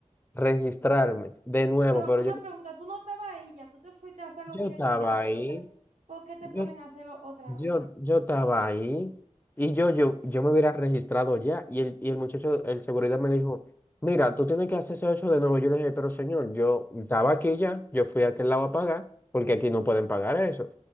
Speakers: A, on the left; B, on the right.
A: registrarme de nuevo,
B: Pero
A: pero
B: una
A: yo,
B: pregunta, tú no estabas ahí ya, tú te fuiste a hacer
A: yo
B: lo que
A: estaba
B: yo te mando,
A: ahí,
B: entonces, ¿por qué te
A: yo
B: ponen a hacerlo otra
A: yo,
B: vez?
A: yo estaba ahí y yo, yo, yo me hubiera registrado ya y el, y el muchacho, el seguridad me dijo, mira, tú tienes que hacerse eso de nuevo. Yo le dije, pero señor, yo estaba aquí ya, yo fui a aquel lado a pagar porque aquí no pueden pagar eso.